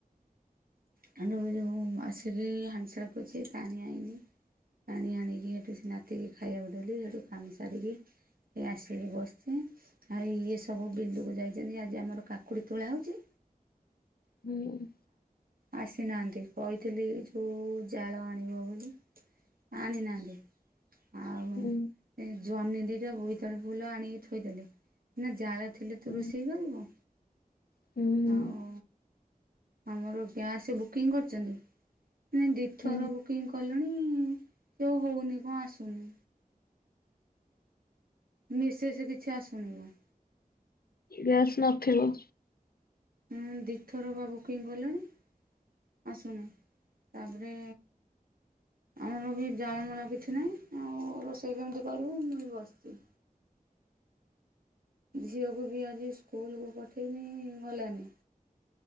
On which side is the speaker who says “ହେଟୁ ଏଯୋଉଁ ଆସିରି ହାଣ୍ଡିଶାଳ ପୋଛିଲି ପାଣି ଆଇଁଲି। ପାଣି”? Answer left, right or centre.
Right